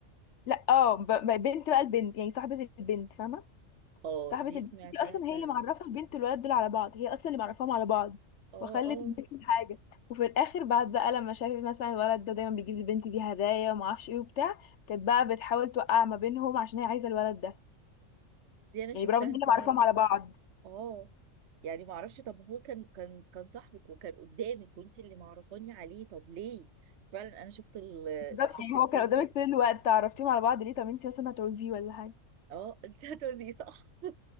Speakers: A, on the left; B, on the right.
A: لا اه ب... ب- بنت بقى البنت يعني صاحبه البنت فاهمه
B: اه
A: صاحبة
B: دي
A: البنت
B: سمعتها
A: دي اصلا
B: فعلا
A: هي اللي معرفة البنت والولد دول على بعض هي اصلا اللي معرفاهم على بعض
B: اه
A: وخلت
B: اه
A: البنت الحاجة وفي الاخر بعد بقى لما شافت مثلا الولد ده دايما بيجيب للبنت دي هدايا وما اعرفش ايه وبتاع كانت بقى بتحاول توقع ما بينهم عشان هي عايزة الولد ده
B: دي انا
A: يعني
B: شفتها
A: برغم ان هي اللي
B: فعلا
A: معرفاهم على بعض
B: اه يعني ما اعرفش طب هو كان كان كان صاحبك وكان قدامك وانت اللي معرفاني عليه طب ليه فعلا انا شفت ال
A: بالظبط
B: شفت
A: يعني
B: الكيس
A: هو كان قدامك
B: دي
A: طول الوقت عرفتيهم على بعض ليه طب انت مثلا هتعوزيه ولا حاجة
B: اه <laughs> انت هتوزي صح